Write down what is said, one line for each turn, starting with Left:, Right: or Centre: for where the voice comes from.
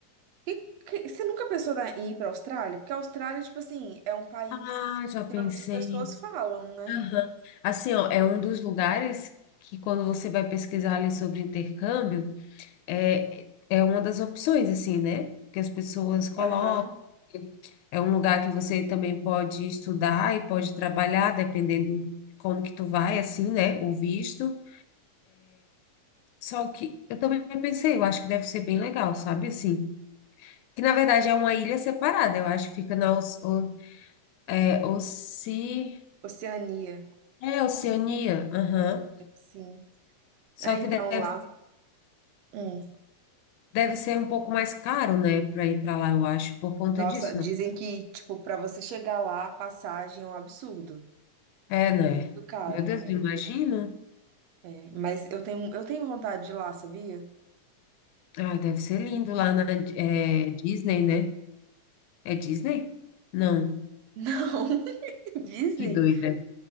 Right: que- que- você nunca pensou em ir para a Austrália? Porque a Austrália, tipo assim, é um país
Left: Ah, já
Right: que
Left: pensei.
Right: geralmente as pessoas falam, né?
Left: Aham. Assim, ó, é um dos lugares que quando você vai pesquisar ali sobre intercâmbio. é, é uma das opções, assim, né? Que as pessoas colocam.
Right: Aham.
Left: É um lugar que você também pode estudar e pode trabalhar, dependendo de como que tu vai, assim, né? O visto. Só que eu também pensei, eu acho que deve ser bem legal, sabe? Assim, que na verdade é uma ilha separada, eu acho que fica na Oce- O- é, Oce-
Right: Oceania,
Left: é, Oceania, aham.
Right: sim.
Left: Só
Right: É, então
Left: que deve,
Right: lá. hum.
Left: deve ser um pouco mais caro, né, para ir para lá, eu acho, por conta
Right: Nossa,
Left: disso,
Right: dizem que, tipo, para você chegar lá, a passagem é um absurdo.
Left: É,
Right: Tipo,
Left: né?
Right: muito caro.
Left: Meu Deus,
Right: É,
Left: eu imagino.
Right: é. Mas eu tenho, eu tenho vontade de ir lá, sabia?
Left: Ah, deve ser lindo lá na
Right: É.
Left: é, Disney, né? É Disney? Não,
Right: Não, <laughs> Disney?
Left: que doida.